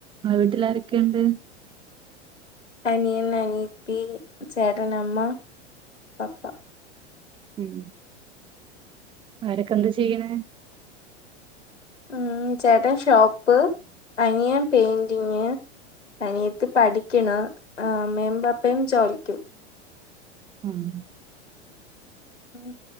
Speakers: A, on the right; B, on the left.
A: ആ വീട്ടില് ആാരൊക്കെയുണ്ട്
B: അനിയൻ അനിയത്തി ചേട്ടൻ അമ്മ പപ്പാ
A: ഉം ആവരൊക്കെ എന്താ ചെയ്യണെ
B: ഉം ചേട്ടൻ ഷോപ്പ് അനിയൻ പെയിന്റിങ് അനിയത്തി പഠിക്കണ് അമ്മയും പാപ്പയും ചോലിക്ക്
A: ഉം
B: ഉം